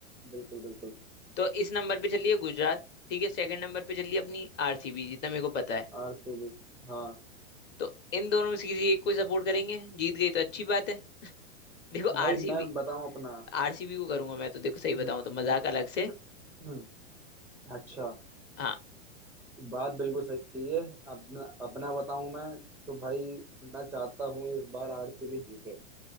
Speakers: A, in the centre; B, on the left.
A: बिल्कुल बिल्कुल
B: तो इस नंबर पे चलिए गुजरात ठीक है सेकंड नंबर पे चलिए अपनी आरसीबी जितना मेरे को पता है
A: आरसीबी हाँ
B: तो इन दोनों में से किसी एक को सपोर्ट करेंगे जीत गई तो अच्छी बात है देखो
A: भाई
B: आरसीबी
A: मैं बताऊं अपना
B: आरसीबी को करूंगा मैं तो देखो सही
A: हम्म,
B: बताऊं तो
A: हम्म,
B: मजाक अलग से
A: हम्म। अच्छा
B: हाँ
A: बात बिल्कुल सही अपना अपना बताऊं मैं तो भाई मैं चाहता हूँ इस बार आरसीबी जीते